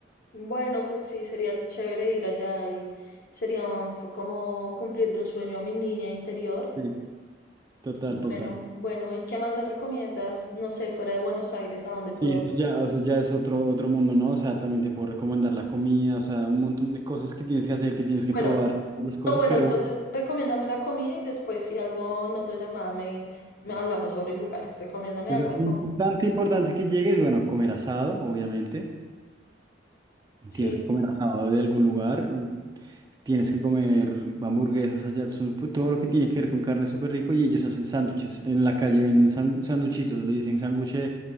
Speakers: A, on the left; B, on the right.
A: Bueno, pues sí, sería chévere ir allá y sería un- fue como cumplirle un sueño a mi niña interior.
B: Sí, total,
A: Bueno,
B: total.
A: bueno, ¿y qué más me recomiendas? No sé, fuera de Buenos Aires, ¿a dónde puedo?
B: Sí, eso
A: ir?
B: ya, eso ya es otro, otro mundo, ¿no? O sea, también te puedo recomendar la comida, o sea, un montón de cosas que tienes que hacer, que tienes
A: Bueno,
B: que probar, las cosas,
A: No, bueno,
B: pero...
A: entonces recomiéndame la comida y después si algo en otra llamada me, me
B: bueno.
A: hablamos sobre lugares. Recomiéndame
B: Es
A: algo
B: así
A: de comer.
B: importante, importante que llegues, bueno, comer asado, obviamente.
A: Sí,
B: Tienes que comer asado de algún lugar. Tienes que comer hamburguesas allá, su- todo lo que tiene que ver con carne es súper rico y ellos hacen sándwiches. En la calle venden sangu- sanduchitos, le dicen sándwich de